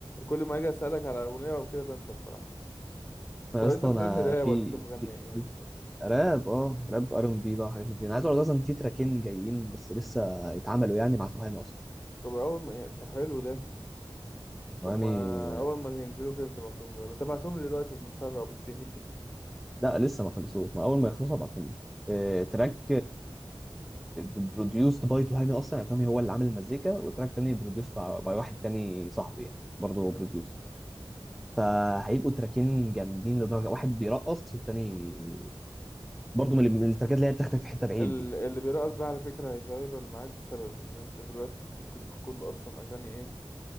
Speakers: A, on the left; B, in the centre.
A: كل ما اجي اسألك على اغنية او كده بنسى بصراحة
B: ما
A: طب
B: اصلا
A: انت بتغني
B: انا
A: راب
B: في
A: ولا انت بتغني
B: في
A: ايه
B: في
A: بالظبط
B: راب اه راب ار ام بي بقى وحاجات من دي انا عايز اقول لك اصلا في تراكين جايين بس لسه يتعملوا يعني مع تهامي اصلا
A: طب اول ما يعني- طب حلو ده
B: تهامي
A: طب ما اول ما ينزلوا كده تبعتهم لي ولا تبعتهم لي دلوقتي نسرب الدنيا
B: لا لسه ما خلصوش ما اول ما يخلصوا هبعتهم لك آه، تراك بروديوسد باي تهامي اصلا يعني تهامي هو اللي عامل المزيكا وتراك تاني بروديوسد باي واحد تاني صاحبي يعني برضه
A: <laughs> مم.
B: بروديوسر فهيبقوا تراكين جامدين لدرجه واحد بيرقص والتاني برضه من من التركات اللي هي بتاخدك في حته بعيد
A: ال-
B: دي
A: اللي بيرقص ده على فكرة هيفايرال معاك بسبب ان انت دلوقتي التيك توك كله اصلا اغاني ايه